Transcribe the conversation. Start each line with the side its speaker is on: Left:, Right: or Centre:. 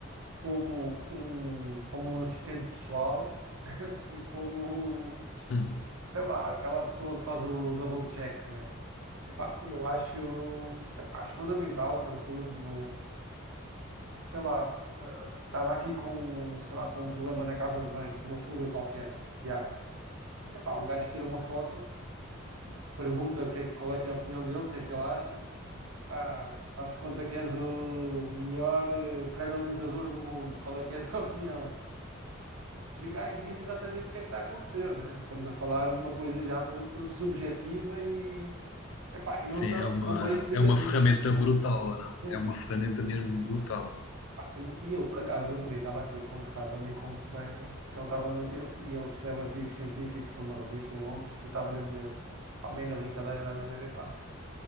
Right: como um, como um assistente pessoal e como
Left: Hum.
Right: sei lá, aquela pessoa que faz o double check, né? Epá, eu acho, epá, acho fundamental para tudo. Não, sei lá, ah, estava aqui com, sei lá, com um problema na casa de banho, uma fuga qualquer de água. Epá, um gajo tira uma foto, pergunta o que é, qual é que é a opinião dele, o que é que ele acha. Pá, faz-te conta que és o melhor eh, canalizador do mundo. Qual é que é a tua <laughs> opinião? E o gajo diz exatamente o que é que está a acontecer, né? Estamos a falar de uma coisa já muito subjetiva e, epá, e não
Left: Sim,
Right: tão,
Left: é uma,
Right: tão bem explicativa.
Left: é uma ferramenta
Right: Então,
Left: brutal, ou não?
Right: sim.
Left: É uma ferramenta mesmo brutal.
Right: Epá, e, e eu, por acaso, no outro dia estava aqui a conversar também com um colega, ele estava ele, e ele escreve artigos científicos para uma revista em Londres, eu estava-lhe a dizer, pá, meio na brincadeira, a dizer, epá,